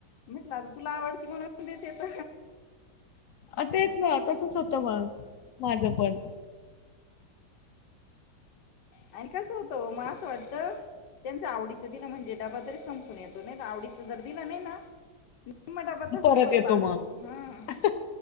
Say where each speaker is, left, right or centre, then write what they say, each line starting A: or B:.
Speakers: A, on the left; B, on the left.
A: म्हटलं आता तुला आवडती म्हणून देतेेत.
B: अ तेच ना. तसच होतं मग माझं पण.
A: आणि कसं होतं ओ मग असं वाटतं. त्यांच आवडीचं दिलं, म्हणजे डबा तरी संपून येतो, नाही आवडीच जर दिलं नाही ना मग डबा तसच
B: परत येतो
A: आणतात
B: मग
A: हा